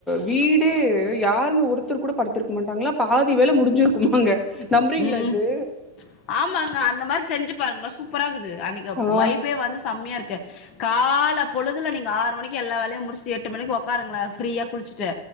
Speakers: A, in the centre; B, on the left.
A: வீடே யாருமே ஒருத்தர் கூட படுத்திருக்க மாட்டாங்ளா பாதி வேல முடிஞ்சிருக்குமாங்க நம்புறீங்ளா
B: ம்
A: இது
B: ஆமாங்க அந்த மாரி செஞ்சு பாருங்களே சூப்பரா இக்குது அன்னைக்கு
A: ஆ
B: வைபே வந்து செம்மையா இருக்கு கால பொழுதுல நீங்க ஆறு மணிக்கு எல்லா வேலையு முடிச்ட்டு எட்டு மணிக்கு உக்காருங்ளே ஃப்ரீயா குளிச்சுட்டு